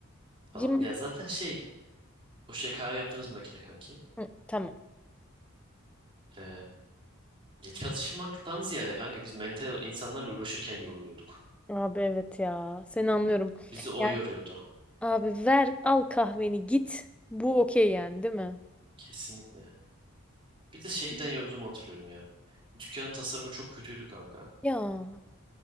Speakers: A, on the right (about 25°); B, in the centre.
A: falan.
B: Cim
A: Ya zaten şey o şey kahve yaptığımız makine kanki.
B: Hı, tamam.
A: Ee, ya çalışmaktan ziyade kanka biz mental insanlarla uğraşırken yoruluyorduk.
B: Abi evet ya. Seni anlıyorum.
A: Bizi o
B: Yani
A: yoruyordu.
B: abi ver al kahveni git. Bu okey yani değil mi?
A: Kesinlikle. Bir de şeyden yorulduğumu hatırlıyorum ya. Dükkanın tasarımı çok kötüydü kanka.
B: Ya